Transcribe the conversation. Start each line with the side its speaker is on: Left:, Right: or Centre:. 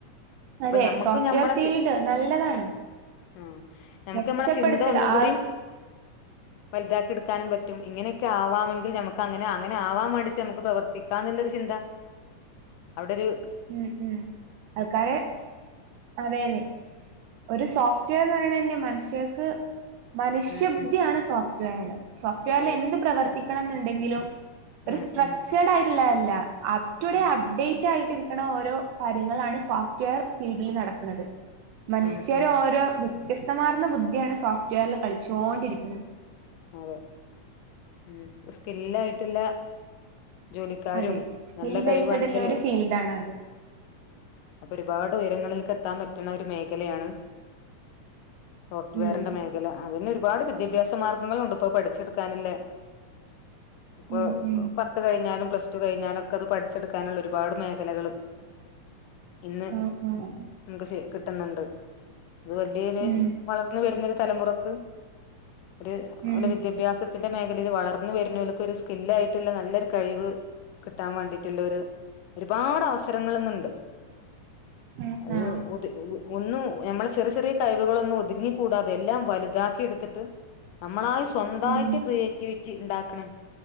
Left: അപ്പൊ
Right: അതെ
Left: നമ്മക്ക്
Right: സോഫ്റ്റ്വെയർ
Left: നമ്മളെ
Right: ഫീൽഡ്
Left: ചി
Right: നല്ലതാണ്
Left: ഉം നമുക്ക്
Right: മെച്ചപ്പെടുത്തൽ
Left: നമ്മളെ ചിന്ത ഒന്നുംകൂടും
Right: ആൾ
Left: വലുതാക്കി എട് നും പറ്റും ഇങ്ങനൊക്കേ ആവാമെങ്കിൽ നമ്ക്ക് അങ്ങനെ അങ്ങനെ ആവാൻ വേണ്ടിട്ട് നമ്മക്ക് പ്രവർത്തിക്കും കാന്നില്ലൊരു ചിന്ത അവിടൊരു
Right: ഉം ഉം ആൾക്കാരെ അതെ അതെ ഒരു സോഫ്റ്റ്‌വെയർ പറയണെന്നേ മനുഷ്യ ക്ക് മനുഷ്യബ്ധിയാണ്
Left: ഉം ഉം
Right: സോഫ്റ്റ്‌വെയർ സോഫ്റ്റ്‌വെയറിൽ
Left: അതെ
Right: എന്ത് പ്രവർത്തിക്കണന്നുണ്ടെങ്കിലും
Left: ഉം
Right: ഒരു സ്ട്രക്ചഡ്
Left: ഉം
Right: ആയിട്ള്ളല്ലേ ല്ല അറ്റുഡേ
Left: ഉം
Right: അപ്ഡേറ്റ്
Left: ഉം
Right: ആയിട്ട് ഇരി ഇങ്ങനെ ഓരോ കാര്യങ്ങളാണ് സോഫ്റ്റ്യർ ഫീൽഡിൽ നടക്ക്ണ ത് മനുഷ്യരോരോ
Left: ഉം ഉം
Right: മം വ്യത്യസ്തമാർന്ന ബുദ്ധിയാണ് സോഫ്റ്റ്‌വെയറി പഠി ചോണ്ടിരിക്ക്ണത്
Left: അതെ മം സ്കില്ലായിട്ടില്ല ജോലിക്കാരും
Right: അതെ. സ്കിൽ
Left: നല്ല കഴി
Right: ബേസ്ഡ്
Left: വാണെങ്കില്
Right: ഉള്ള ഒരു ഫീൽഡാണ് അത്.
Left: അപ്പൊ ഒരുപാട് ഉയരങ്ങളിൽക്ക എത്താൻ പറ്റണ ഒരു മേഖലയാണ് സോഫ്റ്റ്‌വെയറിന്റെ
Right: ഉം.
Left: മേഖല അതെന്നെ വാർഡ് വിദ്യാഭ്യാസം മാർഗങ്ങളുണ്ട്പ്പോ പഠിച്ചെടു ക്കാനല്ലേ ഇപ്പൊ
Right: ഉം ഉം.
Left: പത്ത് കഴിഞ്ഞാലും പ്ലസ് ടു കഴിഞ്ഞാൽ ഒക്കെ അത് പടി ച്ചെടുക്കാനുള്ള ഒരുപാട് മേഖലകള് ഇന്ന്
Right: ആഹ് ആഹ്.
Left: നമുക്ക്ഷ കിട്ടുന്നുണ്ട് അത് വലിയ
Right: ഉം
Left: വളർന്ന് വരുന്നൊരു തലമുറക്ക് ഒരു
Right: ഉം.
Left: ഒരു വിദ്യാഭ്യാസ ല്ല രീതിയിൽ വളർന്ന് വരുന്നല്ല്ക്ക് ഒരു സ്കില്ലായിട്ടുള്ള നല്ലൊരു കഴിവ് കിട്ടാൻ വേണ്ടിട്ടുള്ള ഒരു ഒരുപാട് അവസരങ്ങള്ന്നണ്ട്
Right: ആഹ്
Left: അത്
Right: ആഹ്.
Left: ഉദ് <unintelligible> ഒന്നും ഞമ്മളെ ചെറിയ ചെറിയ കഴിവുകൾ ളോന്നും ഒതുങ്ങി കൂടാതെ എല്ലാം വലുതാക്കി എടുത്തിട്ട് നമ്മളായ സ്വന്തയിട്ട്
Right: ഉം
Left: ക്രിയേറ്റ് വിറ്റ് ണ്ടാക്കണ